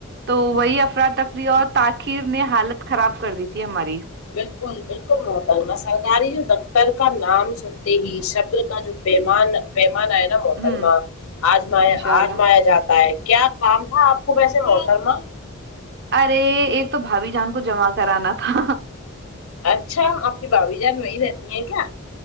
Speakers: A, on the right; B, on the left.
A: تو وہی افراتفری اور تاخیر نے حالت خراب کر دی تھی ہماری
B: بالکل بالکل محترمہ سرگاری جو دف تر کا نام سنتے ہی شبر کا جو پیمان پیمانہ تا محترما
A: ہوں
B: آج م
A: انشاء اللہ
B: آج مایا جاتا ہے کیا کام تھا آپ کو ویسے محترمہ
A: ارے ایک تو بھابی جان کو جمع کرانا تھا
B: اچھا آپ کی بھابی جان وہی رہتی ہیں کیا